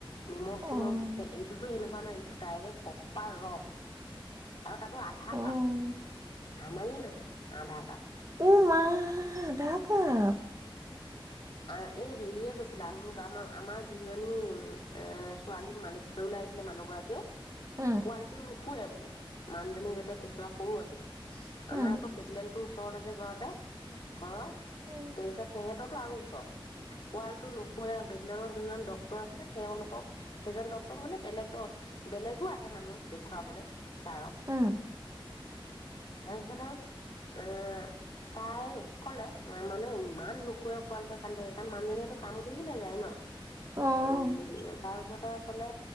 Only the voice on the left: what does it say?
নিমখ
চিমখ দি খায় এইটোতো সেনেুৱা ন এইটো ডাইৰেক্ট পপাৰ ৰস আৰু তাতো আধা
কাপ ধামালি নহয় আধা কাপ
আ এই হেৰিয়ে কৈছিলা মোক আমাৰ আমাৰ যোনজনী এ ছোৱালীক মালেশপ ওলাই আহিছিলে মানুহ গৰাকীয়ে
পোৱালটো নুখ নুখুৱেৰে বোলে মানুজনী যেতিয়া কেঁচুৱা সৰু আছিলে
আমাৰ আকৌ বেটলেন টো চতে যে ঘৰতেে ঘৰত
তাৰ পিছত সিহঁতৰতো আৰু পোৱালটো নখু বেলত যোনজন ডক্তৰ আছিলে তেওঁলোকক সেইজন ডক্তৰ মানে বেলেগ বেলেগ আহে মানুহ দেখুৱাবলৈ চাৰ
তাৰপিছত এ তাই কলে মানে ইমান নুখোৱ সোৱালোৱে কাম থাকে কাৰণ মানুহজনীয়ে এইটো কাম কৰিবলৈ যায় ন
উম তাৰপিছত কলে